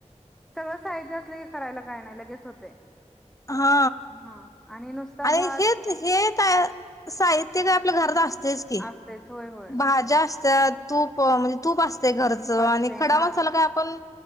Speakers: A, in the centre; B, on the left.
A: सगळं साहित्य असलं की करायला काय नाही, लगेच होतय.
B: हा
A: हा आणि नुसता
B: आणि
A: भात
B: हेच हे साहित्य.... आप घर असत. तेच कीं
A: असतेच होय होय.
B: भाज्या.. तूप म्हणजे तूप.... घरच
A: तूप
B: आणि
A: असतय
B: खडा
A: हा
B: मसाला काय आपण